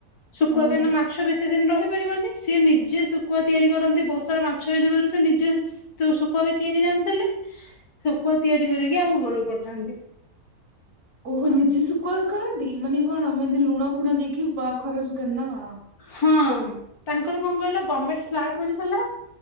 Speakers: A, on the left; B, on the right.
A: ଶୁକୁଆ
B: ଓହୋ।
A: କାହିଁକିନା ମାଛ ବେଶୀ ଦିନ ରହିପାରିବନି। ସିଏ ନିଜେ ଶୁକୁଆ ତିଆରି କରନ୍ତି ବହୁତ୍ ସାରା ମାଛ ହେଇଯିବାରୁ ସେ ନିଜେ ତୁ ଶୁକୁଆବି ତିଆରି ଜାଣିଥିଲେ ଶୁଖୁଆ ତିଆରି କରିକି ଆମ ଘରକୁ ପଠାନ୍ତି।
B: ଓହୋ ନିଜେ ଶୁକୁଆ କରନ୍ତି ମାନେ କଣ ମାନେ ଲୁଣ ଫୁଣ ଦେଇକି ବା ଖରାରେ ଶୁଖାନ୍ତି ନା କଣ?
A: ହଁ ତାଙ୍କର କଣ କହିଲ ଗମେଣ୍ଟ ଫ୍ଟା ମିଳିଥିଲା।